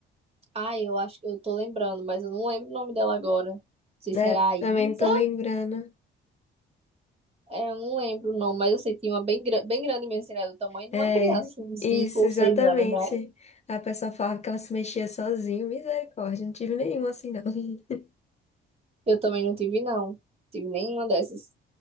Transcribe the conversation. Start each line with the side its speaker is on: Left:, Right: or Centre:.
Right: Ai, eu acho que eu tô lembrando, mas eu não lembro o nome dela agora. Não sei se
Left: Né?
Right: era a Isa.
Left: Também não tô lembrando.
Right: É, eu não lembro o nome, mas eu sei que tinha uma bem, gra- bem grande mesmo, assim, né? Do tamanho de
Left: É,
Right: uma criança, assim, de
Left: isso,
Right: cinco ou
Left: exatamente.
Right: seis anos, né?
Left: Aí o pessoal falava que ela se mexia sozinha. Misericórdia, não tive nenhum assim, não. <laughs>
Right: Eu também não tive, não. Tive nenhuma dessas.